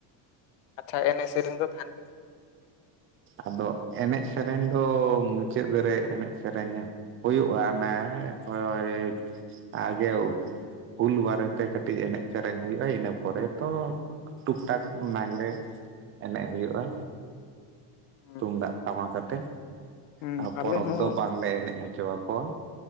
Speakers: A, on the left (about 80°); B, on the right (about 30°).
A: ᱟᱪᱪᱷᱟ ᱮᱱᱮᱡ ᱥᱮᱨᱮ ᱫᱚ ᱛᱟᱦᱮᱱᱟᱼᱼᱼ
B: ᱟᱫᱚ ᱮᱱᱮᱡ ᱥᱮᱨᱮᱧ ᱫᱚ ᱢᱩᱪᱟᱹᱫ ᱨᱮ ᱮᱱᱮᱡ ᱥᱮᱨᱮᱧᱟ᱾ ᱦᱩᱭᱩᱜᱼᱟ ᱚᱱᱮ ᱦᱳᱭᱳᱭᱮᱡᱼᱼᱼ ᱟᱸ ᱡᱮ ᱦᱩᱞ ᱵᱟᱨᱮᱛᱮ ᱠᱟᱹᱴᱤᱡ ᱮᱱᱮᱡ ᱥᱮᱨᱮᱧ ᱦᱩᱭᱩᱜᱼᱟ ᱤᱱᱟᱹ ᱯᱚᱨᱮ ᱛᱚᱼᱼᱼ ᱴᱩᱠ ᱴᱟᱠ ᱞᱟᱜᱽᱬᱮ ᱮᱱᱮᱡ ᱦᱩᱭᱩᱜᱼᱟ᱾
A: ᱵᱟᱝ?
B: ᱛᱩᱢᱫᱟᱜ ᱴᱟᱢᱟᱠᱟᱛᱮᱫ
A: ᱦᱩᱸ
B: ᱟᱨ
A: ᱟᱞᱮ
B: ᱯᱚᱨᱚᱵᱽ
A: ᱦᱚᱸ
B: ᱫᱚ ᱵᱟᱝᱞᱮ ᱮᱱᱮᱡ ᱦᱚᱪᱚ ᱟᱠᱚᱣᱟ᱾